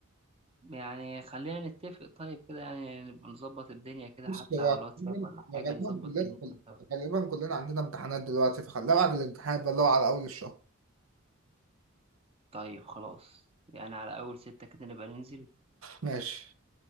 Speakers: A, on the right; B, on the right.
A: يعني خلينا نتفق طيب كده يعني نبقى نظبط الدنيا كده
B: بص
A: حتى
B: هو
A: على الواتساب ولا
B: غالبا
A: حاجة نظبط
B: كلنا
A: دنيتنا سوا
B: غالبا كلنا عندنا امتحانات دلوقتي فخليها بعد الامتحان بقى اللي هو على اول الشهر
A: طيب خلاص يعني على اول ستة كده نبقى ننزل
B: ماشي